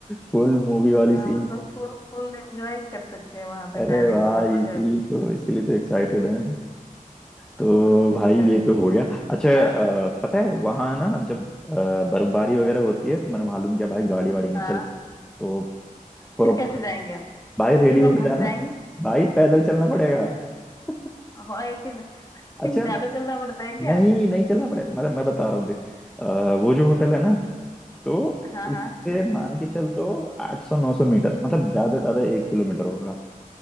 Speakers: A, in the centre; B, on the left.
A: फुल मूवी वाली
B: हाँ
A: सीन
B: मतलब फुल फुल एंजॉय कर सकते हैं वहां पे
A: अरे
B: जाने
A: भाई
B: का मतलब
A: इसीलिए
B: है
A: तो इसीलिए तो एक्साइटेड है तो भाई
B: ऐसे-
A: ये तो हो गया अच्छा अ,
B: हाँ
A: पता है वहाँ ना जब अ, बर्फबारी वगैरह होती है तो मैंने मालूम किया भाई गाड़ी वाड़ी नहीं
B: हाँ
A: चलती तो
B: फिर
A: पर
B: कैसे जाएंगे हम
A: भाई रेडी
B: फिर तो
A: होके
B: हम फंस
A: जाना
B: जाएंगे
A: भाई पैदल चलना पड़ेगा <laughs>
B: हाँ एक <laughs>
A: अच्छा
B: ज्यादा चलना पड़ता है क्या
A: नहीं नहीं चलना पड़ेगा मतलब मैं बता रहा हूँ देख अ, वो जो होटल है ना तो
B: हाँ
A: उससे
B: हाँ
A: मान के चल तो आठ सौ नौ सौ मीटर मतलब ज्यादा से ज्यादा एक किलोमीटर होगा